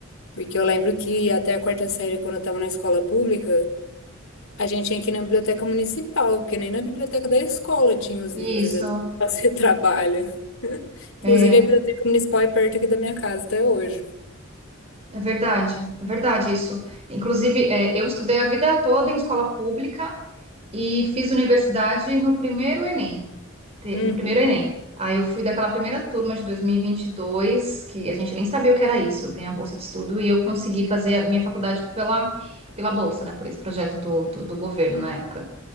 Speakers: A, on the left (about 80°); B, on the right (about 30°).
A: Porque eu lembro que até a quarta série, quando eu estava na escola pública, a gente tinha que ir na biblioteca municipal, porque nem na biblioteca da escola tinha os
B: Isso.
A: livros assim, <laughs> pra fazer trabalho. Inclusive,
B: É.
A: a biblioteca municipal é perto aqui da minha casa até hoje.
B: É verdade, é verdade isso. Inclusive, é, eu estudei a vida toda em escola pública e fiz universidade no primeiro Enem, te-
A: Uhum,
B: no primeiro Enem. Aí eu fui daquela primeira turma de dois mil e e vinte e dois, que a gente nem sabia o que era isso, ganhar bolsa de estudo, e eu consegui fazer a minha faculdade pela, pela bolsa, né, por esse projeto do, do, do governo na época.